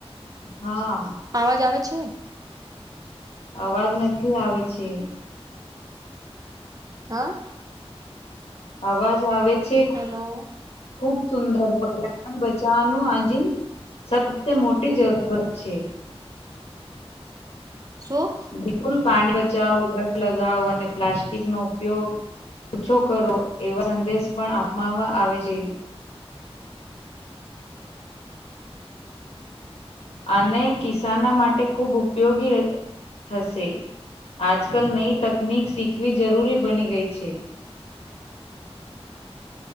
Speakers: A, on the left; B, on the right.
A: હા.
B: અવાજ આવે છે?
A: અવાજ નથી આવે છે.
B: હા.
A: અવાજ આવે છે?
B: હેલો.
A: ખુબ સુંદર પર્યાવરણ બચાવાનું <unintelligible> સબથી મોટી જરૂરત છે.
B: શું?
A: બિલકુલ પાણી બચાવો લગ લગાવ અને પ્લાસ્ટિકનો ઉપયોગ ઓછો કરવો એવા સંદેશ પણ આપવામાં આવે છે. અને કિસાન માટે ખૂબ ઉપયોગી થશે. આજકાલ નઈ તકનીક શીખવી જરૂરી બની ગઈ છે.